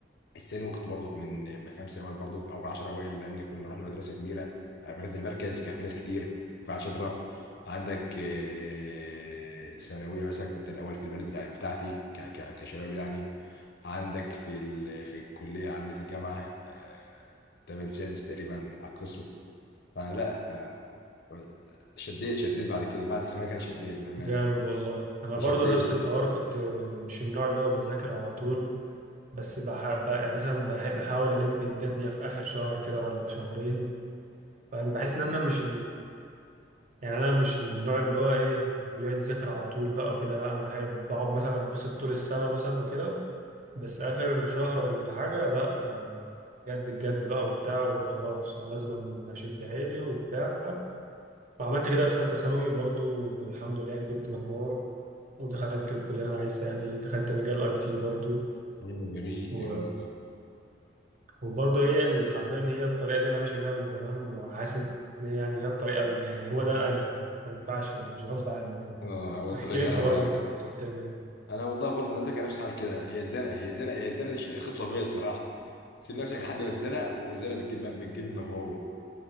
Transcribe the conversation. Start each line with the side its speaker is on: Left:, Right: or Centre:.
Left: الثانوي كنت برضك من من خمسه اوائل برضك او من 10 اوائل لان كنا رحنا مدرسه كبيره آه، مدرسه المركز كان في ناس كتير وفي شاطره عندك آه، ثانويه مثلا كنت الاول في البلد بتاع بتاعتي ك ك كشباب يعني عندك في ال في الكليه عندي في الجامعه آه، تمن سادس تقريبا على القسم فانا لا آه، شديت شديت بعد كده بعد الثانويه كان شديت بامانه
Right: جامد والله انا
Left: فشديت
Right: برضو نفس الحوار كنت مش النوع اللي هو بذاكر على طول بس بح... ب- يعني مثلا بحب بحاول الم الدنيا في اخر شهر كده ولا شهرين فانا بحس ان انا مش يعني انا مش من النوع اللي هو ايه بيقعد يذاكر على طول بقى وكده لا انا بحب بقعد مثلا اتبسط طول السنه مثلا وكده بس اخر شهر ولا حاجه لا آه، جد الجد بقى وبتاع وخلاص انا لازم اشد حيلي وبتاع وعملت كده في ثالثه ثانوي برضو الحمد لله يعني جبت مجموع ودخلت الكليه اللي انا عايزها يعني دخلت مجال اي تي برضو
Left: مم، جميل
Right: و...
Left: جميل والله
Right: وبرضه هي ال- حرفيا هي الطريقه دي انا ماشي بيها من زمان وحاسس ان هي يعني هي الطريقه اللي- يعني هو ده انا ما ينفعش مش غصب عني يعني
Left: اه هو طلع
Right: احكي
Left: غلا
Right: لي انت برضو
Left: معاك
Right: انت كنت بتعمل ايه
Left: انا والله برضه انت كان نفسي حال كده هي الزنقه هي الزنقه هي الزنقه دي شيء- خصله فيا الصراحه سيب نفسك لحد ما تزنق والزنقه بتجيب بتجيب مفعول